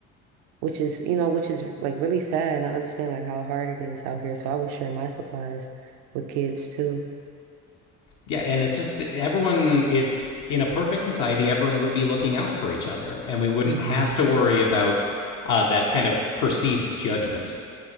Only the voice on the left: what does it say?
Yeah, and it's just everyone, it's in a perfect society, everyone would be looking out for each other, and we wouldn't
have to worry about uh, that kind of perceived judgment.